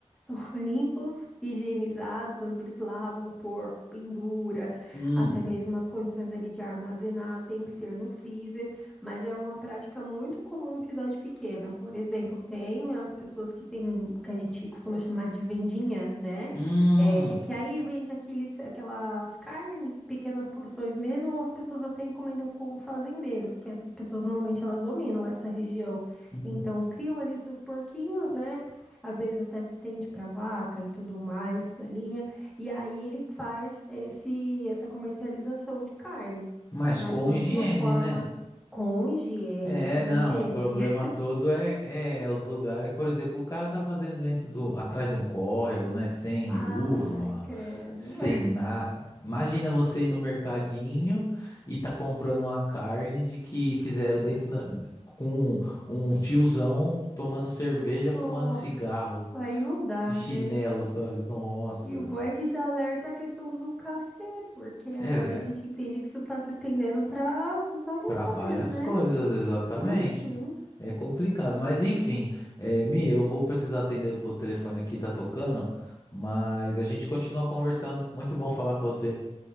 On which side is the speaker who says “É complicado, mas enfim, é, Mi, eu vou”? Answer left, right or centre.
Left